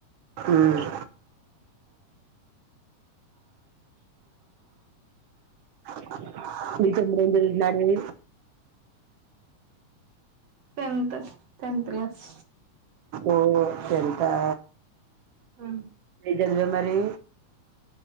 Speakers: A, on the right (about 75°); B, on the right (about 55°).
A: హ్మ్ <unintelligible> నాది
B: టెన్త్ స్ టెన్త్ క్లాస్
A: ఓ టెన్తా
B: ఆ
A: <unintelligible> మరి